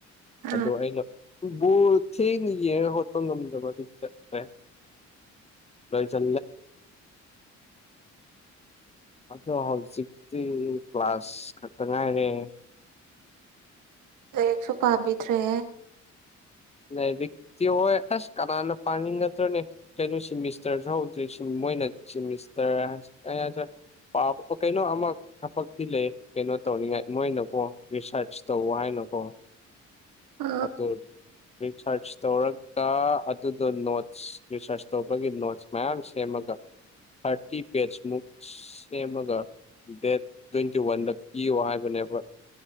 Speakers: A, on the right; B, on the left.
A: ꯑ
B: ꯑꯗꯨꯗ ꯑꯩꯅ ꯕꯣꯔ ꯊꯦꯡꯅ ꯌꯦꯡꯉ ꯍꯣꯠꯄ ꯉꯝꯗ꯭ꯔꯕ ꯑꯗꯨ ꯆꯠ꯭ꯔꯦ ꯂꯁꯦ <inaudible> <unintelligible> ꯗꯤ ꯀ꯭ꯂꯥꯁ ꯈꯛꯇ ꯉꯥꯏꯅꯦꯦ
A: ꯂꯥꯏꯔꯤꯛꯁꯨ ꯄꯥꯕꯤꯗ꯭ꯔꯦ
B: ꯅ ꯛꯇꯤ ꯍꯣꯏ ꯑꯁ ꯀꯅꯥꯅ ꯄꯥꯅꯤꯡꯒꯗ꯭ꯔꯣ ꯅ ꯀꯩꯅꯣ ꯁꯤꯃꯤꯁꯇꯔꯗ꯭ꯔ ꯃꯣꯏꯅ ꯆꯤ ꯃꯤꯁꯇꯔ ꯀꯩꯅ ꯍꯥꯏꯦ ꯀꯩꯅꯣ ꯑꯃ ꯊꯕꯛꯇꯤ ꯂꯩ ꯀꯩꯅꯣ ꯇꯧꯅꯤꯡꯉꯥꯏ ꯃꯣꯏꯅꯕꯨ ꯔꯤꯁꯥꯔꯁ ꯇꯧ ꯍꯥꯏꯅ ꯣ
A: ꯑ
B: ꯑꯗꯨꯇꯩ <inaudible> ꯔꯤꯁꯔꯁ ꯇꯧꯔꯒ ꯑꯗꯨꯗꯣ ꯅꯣꯠꯁ ꯔꯤꯁꯔꯁ ꯇꯧꯕꯒꯤ ꯅꯣꯠꯁ ꯃꯌꯥꯝ ꯁꯦꯝꯃꯒ ꯊꯥꯔꯇꯤ ꯄꯦꯖ ꯃꯨꯛ ꯁꯦꯝꯃꯒ ꯗꯦꯠ ꯇ꯭ꯋꯦꯟꯇꯤ ꯋꯥꯟꯗ ꯄꯤꯌꯣ ꯍꯥꯏꯕꯅꯦꯕ